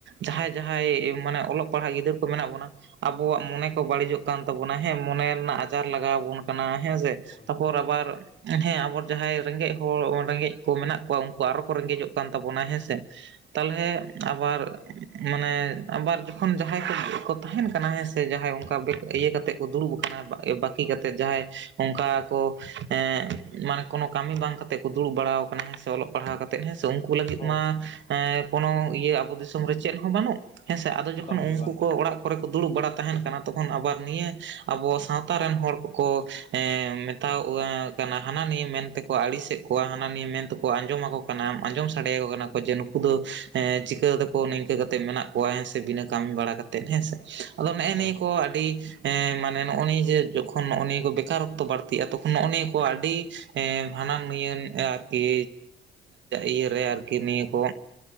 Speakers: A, on the right; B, on the left.
A: ᱡᱟᱦᱟᱸᱭ ᱡᱟᱦᱟᱸᱭ ᱢᱟᱱᱮ ᱚᱞᱚᱜ ᱯᱟᱲᱦᱟᱜ ᱜᱤᱫᱽᱟᱹᱨ ᱠᱚ ᱢᱮᱱᱟᱜ ᱵᱚᱱᱟ ᱟᱵᱚᱣᱟᱜ ᱢᱚᱱᱮ ᱠᱚ ᱵᱟᱹᱲᱤᱡᱚᱜ ᱠᱟᱱ ᱛᱟᱵᱩᱱᱟ ᱦᱮᱸ ᱢᱚᱱᱮ ᱨᱮᱱᱟᱜ ᱟᱡᱟᱨ ᱞᱟᱜᱟᱣ ᱟᱵᱚᱱ ᱠᱟᱱᱟ ᱦᱮᱸᱥᱮ
B: ᱦᱳᱭ
A: ᱛᱟᱯᱚᱨ
B: ᱦᱳᱭ
A: ᱟᱵᱟᱨ ᱦᱮᱸ ᱟᱵᱚᱨ ᱡᱟᱦᱟᱸᱭ ᱨᱮᱸᱜᱮᱡ ᱦᱚᱲ ᱨᱮᱸᱜᱮᱡ ᱠᱚ ᱢᱮᱱᱟᱜ ᱠᱚᱣᱟ ᱩᱝᱠᱳ ᱟᱨᱚ ᱠᱚ ᱨᱮᱸᱜᱮᱡᱚᱜ ᱠᱟᱱ ᱛᱟᱵᱚᱱᱟ ᱦᱮᱸᱥᱮ ᱛᱟᱞᱦᱮ ᱟᱵᱟᱨ ᱢᱟᱱᱮ ᱟᱵᱟᱨ ᱡᱚᱠᱷᱚᱱ ᱡᱟᱦᱟᱸᱭ ᱠᱚᱠᱚ ᱛᱟᱸᱦᱮᱱ ᱠᱟᱱᱟ ᱦᱮᱸ ᱥᱮ ᱡᱟᱦᱟᱸᱭ ᱚᱱᱠᱟ ᱵᱮ ᱤᱭᱟᱹ ᱠᱟᱛᱮ ᱠᱚ ᱫᱩᱲᱩᱵ ᱠᱟᱱᱟ ᱵᱟᱹᱠᱤ ᱠᱟᱛᱮ ᱡᱟᱦᱟᱸᱭ ᱚᱝᱠᱟ ᱠᱚ ᱮᱜ ᱢᱟᱱᱮ ᱠᱳᱱᱳ ᱠᱟᱹᱢᱤ ᱵᱟᱝ ᱠᱟᱛᱮ ᱠᱚ ᱫᱩᱲᱩᱵ ᱵᱟᱲᱟᱣ ᱠᱟᱱᱟ ᱦᱮᱸ ᱥᱮᱸ ᱚᱞᱚᱜ ᱯᱟᱲᱦᱟᱣ ᱠᱟ ᱛᱮᱫ ᱦᱮᱸ ᱥᱮᱸ ᱩᱱᱠᱩ ᱞᱟᱹᱜᱤᱫ
B: ᱦᱳᱭ
A: ᱢᱟ ᱠᱳᱱᱳ ᱤᱭᱟᱹ ᱟᱵᱚ ᱫᱤᱥᱚᱢ ᱨᱮ ᱪᱮᱫ ᱦᱚᱸ ᱵᱟᱱᱩᱜᱸᱸ ᱦᱮᱸ ᱥᱮ ᱟᱫᱚ ᱡᱚᱠᱷᱚᱱ
B: ᱵᱟᱝᱜᱮ
A: ᱩᱝᱠᱩ
B: ᱵᱟᱝᱜᱮ
A: ᱠᱚ ᱚᱲᱟᱜ ᱠᱚᱨᱮ ᱠᱚ ᱫᱩᱲᱩᱵ ᱵᱟᱲᱟ ᱛᱟᱸᱦᱮᱱ ᱠᱟᱱᱟ ᱛᱚᱠᱷᱚᱱ ᱟᱵᱟᱨ ᱱᱤᱭᱟᱹ ᱟᱵᱚ ᱥᱟᱶᱛᱟ ᱨᱮᱱ ᱦᱚᱲ ᱠᱚ ᱠᱚ ᱮ ᱢᱮᱛᱟᱣ ᱠᱟᱱᱟ ᱦᱟᱱᱟ ᱱᱤᱭᱟᱹ ᱢᱮᱱᱛᱮᱠᱚ ᱟᱹᱲᱤᱥᱮᱜ ᱠᱚᱣᱟ ᱦᱟᱱᱟ ᱱᱤᱭᱟᱹ ᱢᱮᱱᱛᱮᱠᱚ ᱟᱸᱡᱚᱢ ᱟᱠᱚ ᱠᱟᱱᱟ ᱟᱸᱡᱚᱢ ᱥᱟᱸᱰᱮ ᱟᱠᱚ ᱠᱟᱱᱟ ᱠᱚ ᱡᱮ ᱱᱩᱠᱩ ᱫᱚ ᱪᱤᱠᱟᱹᱼᱼ ᱠᱚ ᱱᱤᱝᱠᱟᱹ ᱠᱟᱛᱮ ᱢᱮᱱᱟᱜ ᱠᱚᱣᱟ ᱦᱮᱸ ᱥᱮ ᱵᱤᱱᱟᱹ ᱠᱟᱢᱤ ᱵᱟᱲᱟ ᱠᱟᱛᱮᱫ ᱦᱮᱸ ᱥᱮ ᱟᱫᱚ ᱱᱮᱜᱼᱮ
B: ᱦᱳᱭ
A: ᱱᱤᱭᱟᱹ ᱠᱚ
B: ᱦᱳᱭ
A: ᱟᱹᱰᱤ ᱮᱸ ᱢᱟᱱᱮ ᱱᱚᱜᱼᱚ ᱱᱤᱭᱟᱹ ᱡᱮ ᱡᱚᱠᱷᱚᱱ ᱱᱚᱜᱼᱚ ᱱᱤᱭᱟᱹ ᱠᱚ ᱵᱮᱠᱟᱨᱚᱛᱛᱚ ᱵᱟᱲᱛᱤᱜᱼᱟ ᱛᱚᱠᱷᱚᱱ ᱱᱚᱜᱼᱚ ᱱᱤᱭᱟᱹ ᱠᱚ ᱟᱰᱤ ᱮᱸ ᱵᱷᱟᱱᱟᱱ ᱱᱤᱭᱟᱹ ᱟᱨᱠᱤ ᱤᱭᱟᱹᱨᱮ ᱟᱨᱠᱤ ᱱᱤᱭᱟᱹ ᱠᱚ